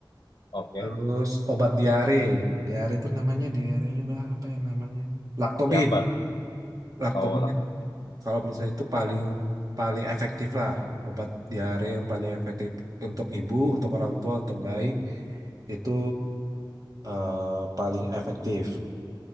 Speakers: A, on the left; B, on the right.
A: oke.
B: Terus obat diare, diare itu namanya diarenya bah- apa ya namanya? Laktobin.
A: Yapet,
B: Laktobin
A: oh lakukan.
B: Kalau misalnya itu paling paling efektif lah obat diare yang paling efektif untuk ibu, untuk orang tua, untuk bayi itu eh, paling efektif